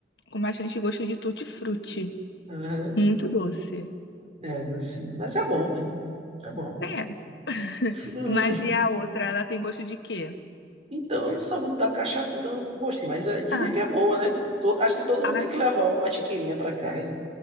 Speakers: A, on the left; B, on the right.
A: com bastante gosto de tutti-frutti.
B: Aham,
A: Muito doce.
B: É, docinho. Mas é bom, né? É bom.
A: É. <laughs>
B: Hum,
A: Mas e a outra? Ela tem gosto de quê?
B: Então, eu não sou muito da cachaça, então gosto, mas é, dizem
A: Ah,
B: que é boa, né? Todo- acho que todo mundo
A: ah,
B: tem que levar uma tiqueirinha para casa.